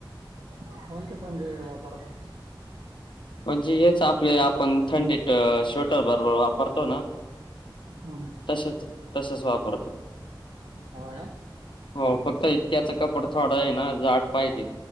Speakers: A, on the right; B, on the left.
A: कोणते पणजे वापरता
B: म्हणजे हेच आपले आपण थंडी श्वेटर बरोबर वापरतो ना
A: हो
B: तसेच तसच वापरतो
A: हो
B: हो फक्त इत्याचं कपड थोडा आहे ना झाड पाहिजे